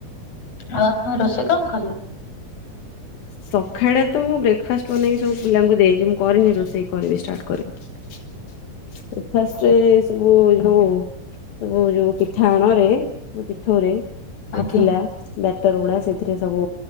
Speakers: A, on the left; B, on the left.
A: ଆଉ ଆପଣ ରୋଷେଇ କଣ କଲେ?
B: ସଖାଳେ ତ ମୁଁ ବ୍ରେକକ୍ଫାଷ୍ଟ ବନେଇକି ସବୁ ପିଲାଙ୍କୁ ଦେଇଚି, ମୁଁ କରିନି ରୋଷେଇ କରିବି ଷ୍ଟାର୍ଟ କରିବି। <unintelligible> ସେ ସବୁ ଯୋଉ ସବୁ ଯୋଉ ପିଠା ଆଣରେ ପିଠୋଉରେ।
A: ଆଜ୍ଞା
B: ଥିଲା ବ୍ୟାଟର ଗୁଡ଼ା, ସେଇଥିରେ ସବୁ